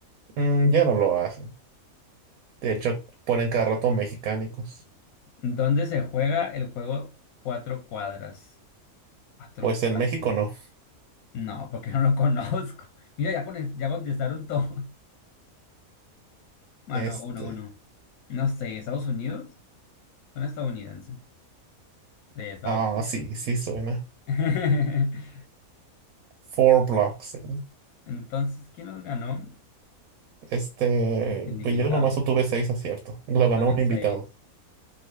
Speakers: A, on the right; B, on the left.
A: Mm, ya no lo hacen. De hecho, ponen cada rato mexicánicos.
B: ¿Dónde se juega el juego Cuatro Cuadras? Cuatro.
A: Pues en
B: cuadras.
A: México no.
B: No, porque <laughs> no lo conozco. Mira, ya, con- ya contestaron todo. <laughs> Bueno,
A: Este.
B: uno, uno. No sé, ¿Estados Unidos? ¿Una estadounidense? De Estados
A: Ah,
B: Unidos.
A: sí, sí suena.
B: <laughs>
A: Four Blocks. ¿eh?
B: Entonces, ¿quién los ganó?
A: Este.
B: El invitado,
A: Pues yo nomás obtuve seis aciertos. Lo
B: yo
A: ganó
B: también
A: un invitado.
B: seis.